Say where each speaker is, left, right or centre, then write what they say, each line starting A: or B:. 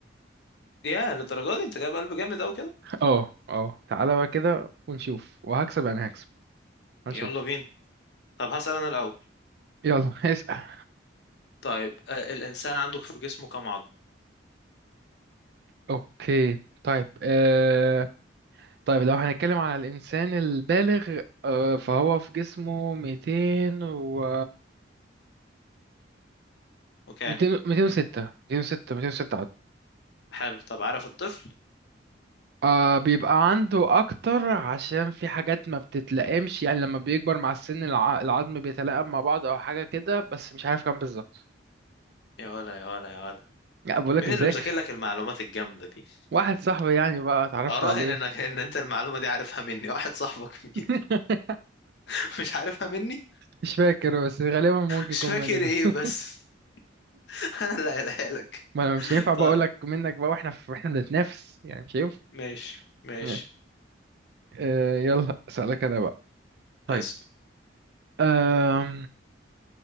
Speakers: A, on the left (about 60°); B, on the right (about 60°).
A: يا للدرجة دي انت جايب قلب جامد اوي كده
B: <laughs> اه اه تعالى بقى كده ونشوف وهكسب انا هكسب هنشوف
A: يلا بينا طب هسأل انا الاول
B: يلا <laughs> اسأل
A: طيب آه، الانسان عندك في جسمه كام عظم
B: اوكي طيب آه... طيب لو هنتكلم على الانسان البالغ آه... فهو في جسمه 200 و
A: وكام
B: 200 206
A: مم.
B: 206 206 عدد
A: حلو طب عارف الطفل
B: آه بيبقى عنده اكتر عشان في حاجات ما بتتلائمش يعني لما بيكبر مع السن الع... العظم بيتلائم مع بعض او حاجه كده بس مش عارف كام بالظبط
A: يا ولا يا ولا يا ولا
B: لا بقولك
A: مين
B: مذاكر
A: اللي مذاكر لك المعلومات الجامدة دي
B: واحد صاحبي يعني بقى اتعرفت
A: اراهن
B: عليه
A: انك ان انت المعلومة دي عارفها مني واحد صاحبك مين
B: <laughs>
A: <laughs> مش عارفها مني
B: مش فاكر بس غالبا ممكن
A: مش
B: يكون
A: فاكر
B: منك
A: ايه
B: <laughs>
A: بس <laughs> انا اللي قايلها لك
B: ما انا مش
A: <laughs>
B: هينفع بقى
A: طب
B: اقولك منك بقى واحنا في... واحنا بنتنافس يعني مش هينفع
A: ماشي ماشي
B: ماشي آه يلا اسالك انا بقى طيب
A: اسأل
B: آه